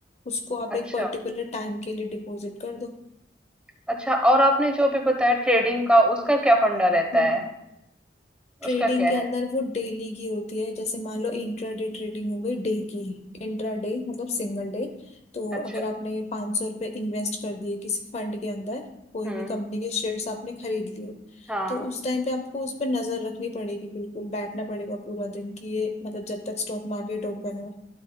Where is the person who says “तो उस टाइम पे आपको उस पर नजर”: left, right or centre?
Left